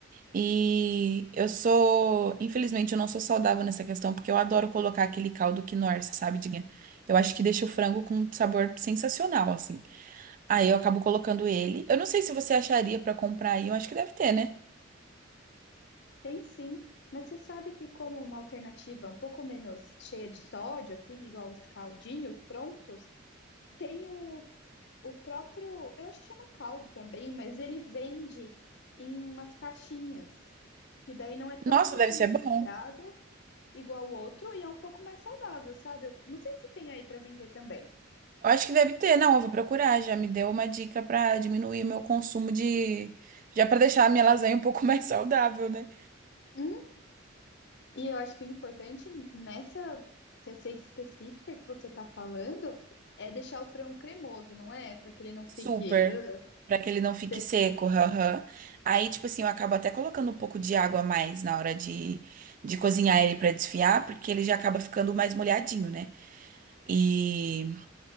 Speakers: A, on the right (about 40°); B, on the left (about 60°).
A: E eu sou, infelizmente, eu não sou saudável nessa questão, porque eu adoro colocar aquele caldo quinoa, sabe, Diguinha? Eu acho que deixa o frango com um sabor sensacional, assim. Aí eu acabo colocando ele. Eu não sei se você acharia pra comprar aí, eu acho que deve ter, né?
B: Tem sim, mas você sabe que como uma alternativa um pouco menos cheia de sódio, assim, igual os caldinhos prontos, tem o O próprio, eu acho que chama caldo também, mas ele vende em umas caixinhas, que daí não é tão
A: Nossa,
B: concentrado
A: deve ser bom.
B: igual o outro e é um pouco mais saudável, sabe? Eu não sei se tem aí para vender também.
A: Eu acho que deve ter, não, eu vou procurar, já me deu uma dica pra diminuir meu consumo de, já pra deixar a minha lasanha um pouco <laughs> mais saudável, né?
B: Hum, E eu acho que o importante nessa receita específica que você tá falando é deixar o frango cremoso, não é? Para que ele não fique
A: Super,
B: uh,
A: pra que ele não fique
B: seco.
A: seco, haha. Aí, tipo assim, eu acabo até colocando um pouco de água a mais na hora de, de cozinhar ele pra desfiar, porque ele já acaba ficando mais molhadinho, né? E